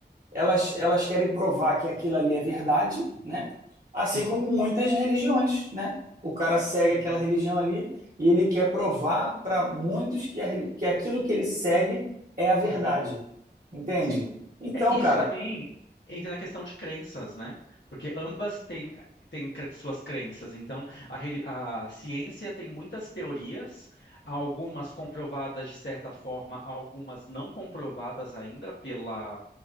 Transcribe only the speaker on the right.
elas, elas querem provar que aquilo ali é verdade,
né? Assim
como muitas religiões, né? O cara segue
aquela religião ali e ele quer provar para muitos que, a reli- que aquilo que ele segue é a verdade,
entende?
Então,
cara,